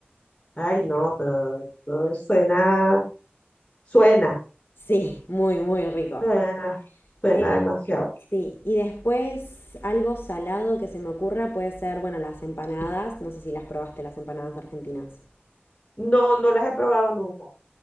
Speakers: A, on the left; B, on the left.
A: Ay, no, pero esto suena, suena,
B: Sí, muy, muy rico.
A: suena, suena
B: Eh,
A: demasiado.
B: sí, y después algo salado que se me ocurra puede ser, bueno, las empanadas. No sé si las probaste, las empanadas argentinas.
A: No, no las he probado nunca,